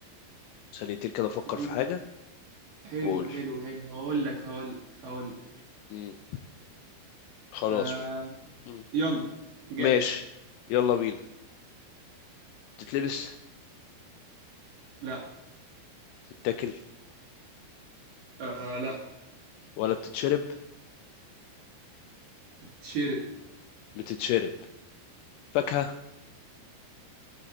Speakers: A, on the left; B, on the right.
A: ثانيتين كده افكر
B: حلو
A: في حاجة
B: حلو
A: وقول
B: حلو هقول لك هقول لك هقول لك
A: مم. خلاص
B: آه
A: مم.
B: يلا جاهز
A: ماشي يلا بينا بتتلبس
B: لا
A: تتاكل
B: آه لا
A: ولا بتتشرب
B: تشرب
A: بتتشرب فاكهة